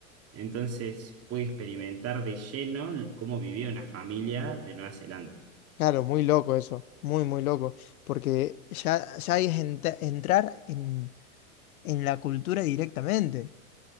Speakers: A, on the right; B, on the left.
A: entonces pude experimentar de lleno l- cómo vivía una familia de Nueva Zelanda.
B: Claro, muy loco eso, muy, muy loco, porque ya, ya es ent- entrar en, en la cultura directamente.